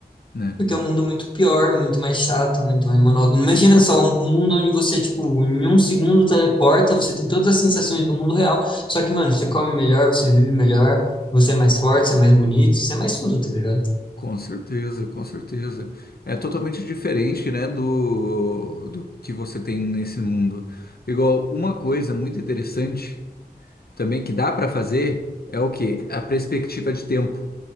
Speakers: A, on the left (about 70°); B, on the left (about 30°).
A: né?
B: Porque é um mundo muito pior, muito mais chato, muito mais monótono. Imagina só um um mundo onde você, tipo, em um segundo teleporta, você tem todas as sensações do mundo real, só que, mano, você come melhor, você vive melhor, você é mais forte, você é mais bonito, você é mais tudo, tá ligado?
A: Com certeza, com certeza. É totalmente diferente, né, do, do que você tem nesse mundo. Igual, uma coisa muito interessante também que dá pra fazer é o quê? A perspectiva de tempo.